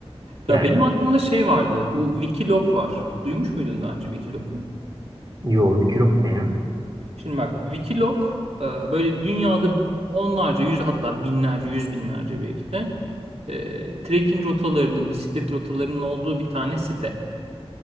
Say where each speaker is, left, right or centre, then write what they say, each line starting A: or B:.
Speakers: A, on the right; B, on the right.
A: Ya
B: Yani
A: benim aklımda şey vardı. Bu Wikiloc var. Duymuş muydun daha önce Wikiloc'u?
B: yo bir kilok ne ya?
A: Şimdi bak Wikiloc e, böyle dünyada onlarca yüz hatta binlerce yüz binlerce belki de e, trekking rotalarının bisiklet rotalarının olduğu bir tane site.